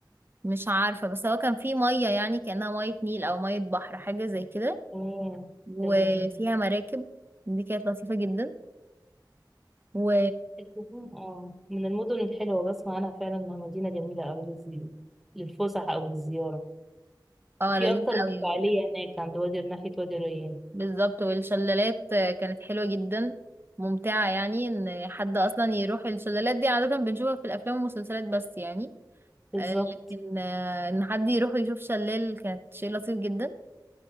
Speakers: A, on the right; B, in the centre.
A: مش عارفة بس هو كان فيه مية يعني كأنها مية نيل أو مية بحر حاجة زي كده
B: تمام
A: وفيها
B: تمام
A: مراكب دي كانت لطيفة جدا و
B: الفيوم اه من المدن الحلوة بسمع عنها فعلا انها مدينة جميلة اوي للز- للفسح او للزيارة
A: اه
B: وفي
A: لذيذة
B: اكتر من
A: قوي
B: فعالية هناك عند وادي ناحية وادي ريان
A: بالظبط والشلالات كانت حلوة جدا ممتعة يعني ان حد اصلا يروح الشلالات دي عادة بنشوفها في الافلام والمسلسلات بس يعني
B: بالظبط
A: آه، لكن آه، ان حد يروح يشوف شلال كانت شيء لطيف جدا